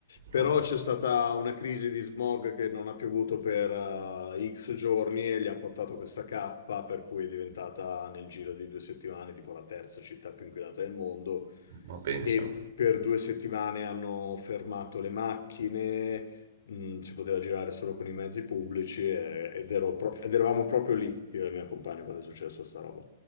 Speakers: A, on the left; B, on the right.
A: Però
B: Mhm.
A: c'è stata una crisi di smog che non ha piovuto per eh, X giorni e gli ha portato questa cappa, per cui è diventata nel giro di due settimane tipo la terza città più inquinata del mondo.
B: Ma penso,
A: E p- per due settimane hanno fermato le macchine. mh, si poteva girare solo con i mezzi pubblici e- ed, ero pro- ed eravamo proprio lì, io e la mia compagna, quando è successo sta roba.